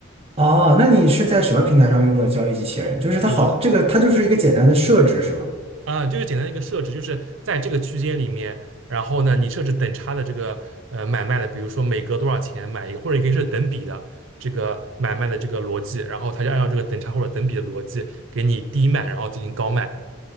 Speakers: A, on the right; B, on the right.
A: 哦，那你是在什么平台上用的交易机器人？就是它好，
B: 我
A: 这个它就是一个简单的设置是吗？
B: 啊，就是简单的一个设置，就是在这个区间里面，然后呢，你设置等差的这个呃买卖的，比如说每隔多少钱买一个，或者你可以设等比的这个买卖的这个逻辑，然后它就按照这个等差或者等比的逻辑给你低卖，然后进行高卖，